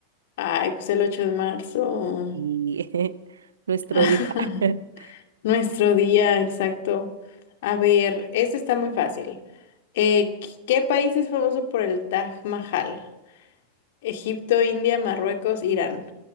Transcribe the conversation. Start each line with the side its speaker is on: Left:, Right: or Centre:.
Left: Ay, pues el 8 de marzo.
Right: Y <laughs> nuestro
Left: <laughs>
Right: día, <laughs>
Left: Nuestro día, exacto. A ver, esto está muy fácil. Eh, ¿qué qué país es famoso por el Taj Mahal? Egipto, India, Marruecos, Irán.